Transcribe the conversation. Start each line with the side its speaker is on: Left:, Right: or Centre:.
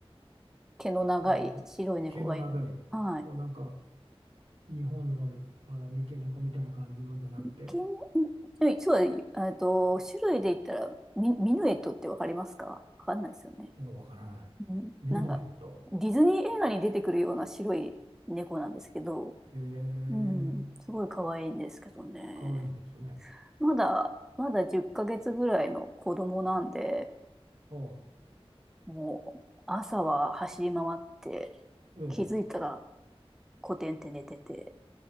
Centre: 毛の長い白い猫がいる。
Right: なんか、毛の長い、
Centre: はい。
Right: こうなんか、日本の、あの三毛猫みたいな感じのじゃなくて、
Centre: 毛ね、うんうんそうだ、えっと、種類で言ったら、ミ、ミヌエットってわかりますかわかんないですよね。
Right: いやわからない。
Centre: うん、
Right: ミヌエット。
Centre: なんか、ディズニー映画に出てくるような白い猫なんですけど、
Right: へえ、
Centre: うん、すごい可愛いんですけどね。
Right: かわいいんですね。
Centre: まだ、まだ10ヶ月ぐらいの子供なんで、
Right: ああ、
Centre: もう朝は走り回って、
Right: ええ、
Centre: 気づいたらコテンって寝てて。